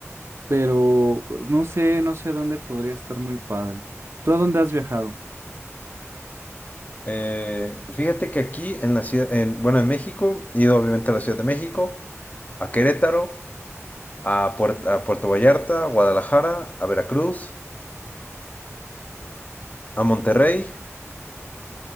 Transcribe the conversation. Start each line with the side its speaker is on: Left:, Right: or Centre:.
Right: pero no sé, no sé a dónde podría estar muy padre. ¿Tú a dónde has viajado?
Left: Eh, fíjate que aquí en la ciudad, en, bueno, en México, he ido obviamente a la Ciudad de México, a Querétaro, a, Puer- a Puerto Vallarta, a Guadalajara, a Veracruz, a Monterrey